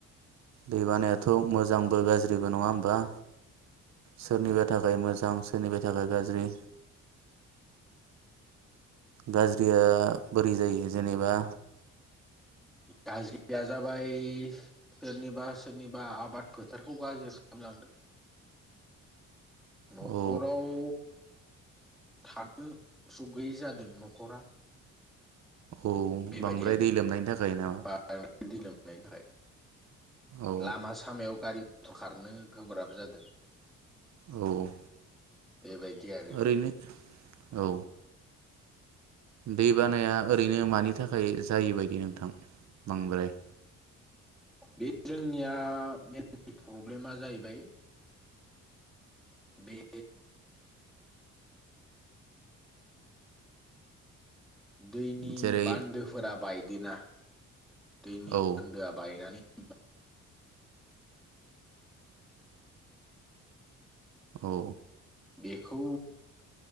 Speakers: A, on the right (about 65°); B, in the centre.
A: दैबानायाथ' मोजांबो गाज्रि बो नङा होमबा सोरनिबा थाखाय मोजां सोरनिबा थाखाय गाज्रि गाज्रिया बोरै जायो जेनेबा?
B: गाज्रिया जाबाय सोरनिबा सोरनिबा आबाद फोथारखौ गाज्रि खालामलांदों। न'खराव
A: औ
B: थानो सुग गैयै जादों न'खरा।
A: औ
B: बेबायदि
A: बांद्राय
B: आरो
A: दै लोमनायनि थाखाय नामा?
B: बांद्राय दै लोमनायनि थाखाय
A: औ
B: लामा सामायाव गारि मथर खारनो गोब्राब जादों।
A: औ
B: बेबायायदि आरो।
A: ओरैनो औ दै बानाया ओरैनो मानि थाखाय जायो बायदि नोंथां बांद्राय
B: बे जोंनिया मेन प्रब्लेमा जाहैबाय बे दैनि
A: जेरै
B: बान्दोफोरा बाय दिना दैनि
A: औ
B: बान्दोआ बायनानै <unintelligible>
A: औ।
B: बेखौ